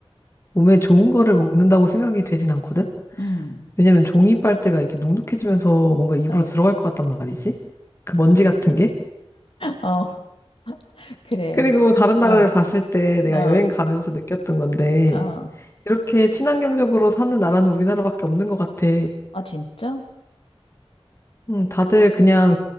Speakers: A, on the left; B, on the left.
A: 몸에 좋은 거를 먹는다고 생각이 되진 않거든?
B: 음.
A: 왜냐면 종이 빨대가 이렇게 눅눅해지면서 뭔가 입으로
B: 어,
A: 들어갈 것 같단 말이지? 그 먼지 같은 게?
B: 어, <laughs> 그래.
A: 그리고
B: 그,
A: 다른 나라를
B: 어,
A: 봤을 때 내가
B: 어,
A: 여행 가면서 느꼈던 건데,
B: 어.
A: 이렇게 친환경적으로 사는 나라는 우리나라밖에 없는 것 같아.
B: 아, 진짜?
A: 음, 다들 그냥